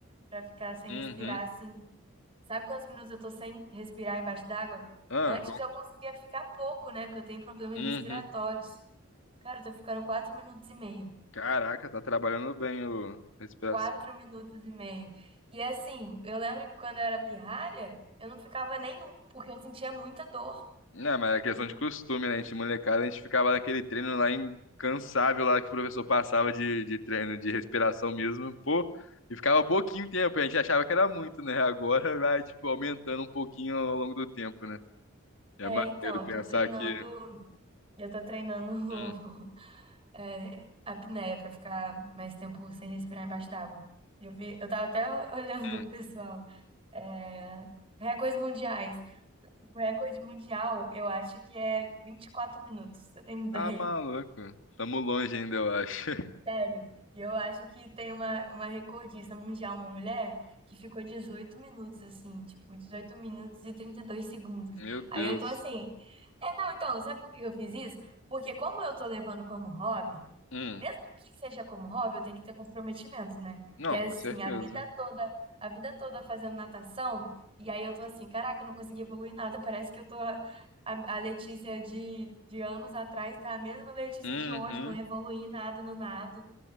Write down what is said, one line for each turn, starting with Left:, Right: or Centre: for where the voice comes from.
Right: pra ficar sem
Left: Uhum.
Right: respirar, assim. Sabe quantos minutos eu tô sem respirar embaixo d'água?
Left: Ah,
Right: Antes
Left: com...
Right: eu conseguia ficar pouco, né? Porque eu tenho problemas
Left: Uhum.
Right: respiratórios. Cara, eu tô ficando quatro minutos e meio.
Left: Caraca, tá trabalhando bem o respiração.
Right: Quatro minutos e meio. E assim, eu lembro que quando eu era pirralha, eu não ficava nenhum, porque eu sentia muita dor.
Left: Não, mas é questão
Right: Muito...
Left: de costume, né? A gente, molecada, a gente ficava naquele treino lá incansável lá que o professor passava de, de treino de respiração mesmo, pô. E ficava pouquinho tempo, a gente achava que era muito, né? Agora vai, tipo, aumentando um pouquinho ao longo do tempo, né? É
Right: É,
Left: maneiro
Right: então, eu
Left: pensar
Right: tô treinando,
Left: que.
Right: eu tô treinando <laughs>
Left: Hum,
Right: é, apneia pra ficar mais tempo sem respirar embaixo d'água. Eu vi, eu tava até <laughs> olhando
Left: hum.
Right: o pessoal. É, recordes mundiais. O recorde mundial, eu acho que é 24 minutos. Você tem ideia?
Left: Ah, maluco. Tamo longe ainda, eu acho. <laughs>
Right: Sério. E eu acho que tem uma, uma recordista mundial, uma mulher, que ficou 18 minutos, assim, tipo, 18 minutos e 32 segundos.
Left: Meu Deus.
Right: Aí eu tô assim. É, não, então, sabe por que eu fiz isso? Porque como eu tô levando como hobby,
Left: Hum,
Right: Mesmo que seja como hobby, eu tenho que ter comprometimento, né?
Left: não,
Right: E é
Left: com
Right: assim,
Left: certeza.
Right: a vida toda, a vida toda fazendo natação, e aí eu tô assim, caraca, eu não consegui evoluir nada, parece que eu tô a, a Letícia de, de anos atrás, tá a mesma Letícia
Left: Uhum.
Right: de hoje, não evoluí nada no nado,